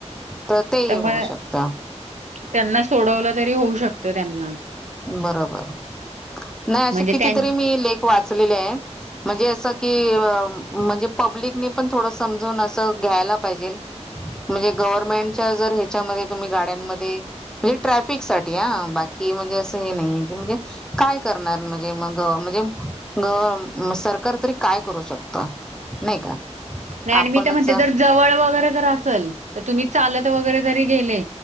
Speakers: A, in the centre; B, on the right.
A: तर तेही
B: त्यामुळे
A: होऊ शकत
B: त्यांना सोडवलं तरी होऊ शकतं त्यांना.
A: बरोबर. नाही असे
B: म्हणजे
A: कितीतरी
B: त्यां
A: मी लेख वाचलेले आहेत म्हणजे असं की म्हणजे पब्लिक नी पण थोड समजून असं घ्यायला पाहिजेल म्हणजे गव्हर्नमेंटच्या जर ह्याच्यामध्ये तुम्ही गाड्यांमध्ये म्हणजे ट्रॅफिकसाठी आ बाकी म्हणजे अ स हे नाही आहे की म्हणजे काय करणार म्हणजे मगं म्हणजे गवर सरकार तरी का काय करू शकतं नाही का.
B: नाही आणि
A: आपणच
B: मी ते म्हणते जर जवळ वगैरे जर असेल तर तुम्ही चालत वगैरे जरी गेले